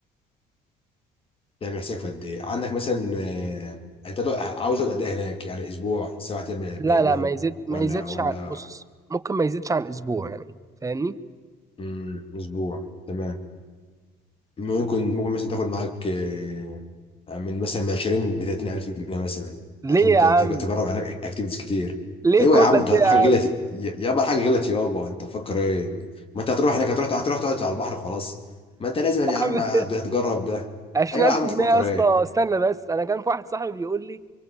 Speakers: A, on the left; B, on the right.
A: ده بيحسك في قد ايه عندك مثلا آه، انت دو- عاوز اقعد قد ايه هناك يعني اسبوع سبع ايام
B: لا
A: بيليهم
B: لا ما يزيد ما
A: ولا
B: يزيدش
A: ولا
B: عن بص ممكن ما يزيدش عن أسبوع يعني فاهمني
A: مم، اسبوع تمام ممكن ممكن مثلا تاخد معاك آه، من مثلا من 20 ل 30 الف جنيه مثلا
B: ليه
A: عشان
B: يا
A: ت- تج-
B: عم
A: تجرب عليك اكتيفيتيز كتير
B: ليه
A: ايوه
B: كل
A: يا عم
B: ده
A: انت الحاجه
B: يا
A: غلط ي- يابا الحاجه غلط يابا انت تفكر ايه ما انت هتروح هناك هتروح هتروح تقعد على البحر خلاص ما انت لازم يا عم
B: عم <laughs>
A: هت- هتجرب ده
B: 20000
A: ايوه يا عم
B: جنيه
A: تفكر
B: يا اسطى
A: ايه
B: استنى بس أنا كان في واحد صاحبي بيقول لي